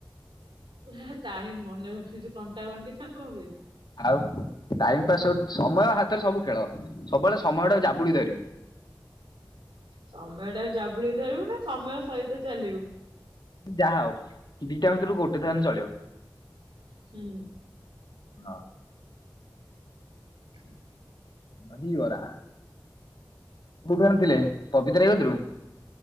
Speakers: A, on the right; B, on the left.
A: ପୁରା ଟାଇମ୍ ମନେ ରଖିଚୁ କଣ୍ଟା କଣ୍ଟି ନା କଣ ବେ।
B: ଆଉ ଟାଇମ ପାସ୍ ହଉ ସମୟ ହାତରେ ସବୁ ଖେଳ। ସବୁବେଳେ ସମୟ ଟାକୁ ଜାବୁଡିକି ଧରିବୁ।
A: ସମୟ ଟା କୁ ଜାବୁଡି ଧରିବୁ ନା ସମୟ ସହିତ ଚାଲିବୁ।
B: ଯାହା ହଉ ଦିଟା ଭିତରୁ ଗୋଟେ ତ ହେଲେ ଚଳିବ।
A: ହୁଁ।
B: ହଁ
A: <inaudible>
B: ଦହିବରା, କୋଉଠି ଆଣିଥିଲେ ପବିତ୍ର ଭାଇ କତିରୁ।